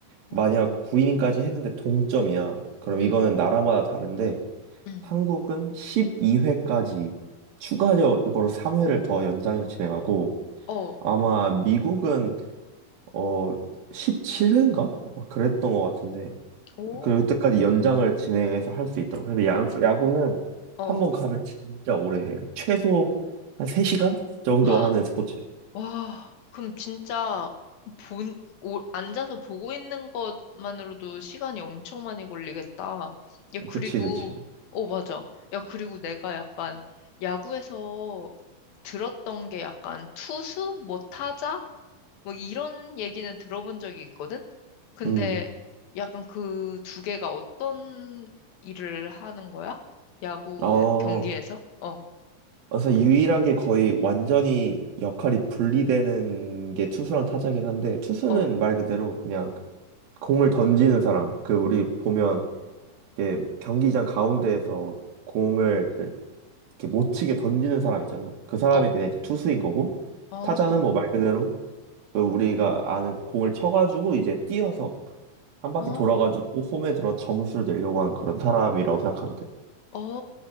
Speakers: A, on the left; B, on the right.
A: 어,
B: 만약 9이닝까지 했는데 동점이야. 그럼
A: 응,
B: 이거는 나라마다 다른데,
A: 응,
B: 한국은 12회까지 추가적으로 3회를 더 연장해서 진행하고,
A: 어,
B: 아마 미국은 어 17회인가? 그랬던 것 같은데,
A: 오,
B: 그때까지
A: 어.
B: 연장을 진행해서 할 수 있다고. 그래서 야, 야구는
A: <gasps>
B: 한 번 가면 진짜 오래 해. 최소 한 3시간 정도
A: 헉,
B: 하는 스포츠.
A: 와, 그럼 진짜 본, 오, 앉아서 보고 있는 것만으로도 시간이 엄청 많이 걸리겠다. 야, 그리고,
B: 그치, 그치.
A: 어, 맞아. 야, 그리고 내가 약간 야구에서 들었던 게 약간 투수? 뭐 타자? 뭐 이런 얘기는 들어본 적이 있거든? 근데
B: 음.
A: 약간 그 두 개가 어떤 일을 하는 거야? 야구의
B: 어,
A: 경기에서? 어,
B: 그래서 유일하게 거의 완전히 역할이 분리되는 게 투수랑 타자긴 한데, 투수는
A: 어,
B: 말 그대로 그냥 공을 던지는 사람. 그, 우리 보면, 이게 경기장 가운데에서 공을 그, 이렇게 못 치게 던지는 사람 있잖아. 그 사람이
A: 어,
B: 그냥 이제 투수인 거고,
A: 어,
B: 타자는 뭐 말 그대로 그 우리가 아는 공을 쳐가지고 이제 뛰어서 한 바퀴
A: 어,
B: 돌아가지고 홈에 들어 점수를 내려고 하는 그런 사람이라고 생각하면 돼.
A: 어,